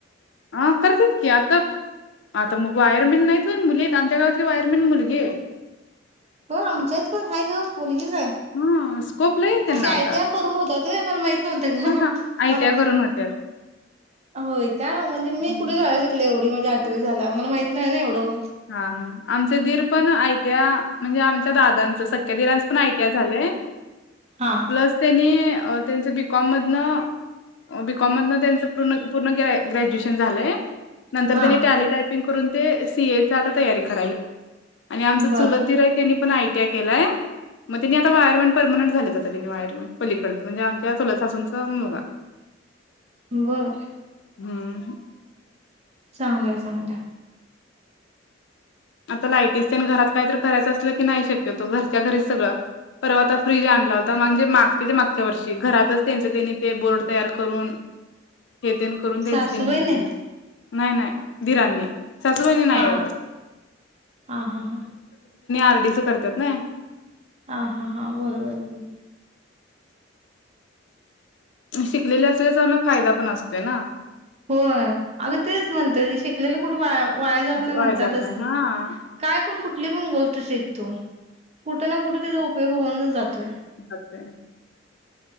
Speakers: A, on the left; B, on the right.
A: हा कर देत कीता आता मग वायरमन नाहीत मुली आमच्या घरवातली वायरमन मुलगी आहे
B: हो आमच्यात पण आहे ग मुलगीच आहे
A: हा स्कोप लय आहे त्यांना
B: ह ते
A: आता
B: य ते करून होत ते मला माहित नव्हतं का
A: हा आयटीआय
B: मला
A: करून <unintelligible>
B: होय का म्हणजे मी
A: हं.
B: कुठे शाळा शिकले एवढी म्हणजे आठवी झाल्या मला माहित नाही ना एवढं माहित
A: हा हा आमचे दीर पण य त्या्या म्हणजे आमच्या दादांच स दिराचा पण आयटीआय झाले
B: हा
A: प्लस बिझनेस कमदनं बीकॉमध त्यांच पूर्ण ग्रॅज्युएशन झालंय नंतर
B: हा
A: त्यांनी टॅटायपिंग ी आ तरी क आम च
B: बर
A: पण आयटीआय केलाय मग तिनी आता वायरमेट परमनं झाले त्यांिनी वायरमेंट पलीकडच म्हणजे आमच्या चुला सासूनचा मुलगा
B: वर
A: हम्म
B: चांगलंय चांगलंय
A: आता लायटीस आणि घरात काहीतरी करायचं असलं की नाही शक्यतो घरच्या घरीच सगळं परवा आता फ्रीज आणला होता म्हणजे मागच्या ते मागच्या वर्षी घरातच त्यांच त्यांनी ते बोर्ड तयार करून <inaudible> हे तेन करून त्यांच
B: सासूबाई
A: त्यांनी हे केलं.
B: नाही
A: नाही नाही दीरांनी, सासुबाईणी नाही
B: हा
A: एवढं
B: हा हा हा..
A: आर डी च करत्यात नाही.
B: हा हा हा बरोबर बरोबर.
A: शिकलेले असल्याचा तर मग फायदा पण असतोय ना.
B: होय अगं तेच म्हणतोय शिकलेलं कुठे वाया जात नाही
A: वाया
B: म्हणतातच
A: जात नाही
B: की,
A: हा
B: काय पण कुठ कुठली पण गोष्ट शिक तु कुठे ना कुठे त्याचा उपयोग होऊनच जातोय.
A: जातोय.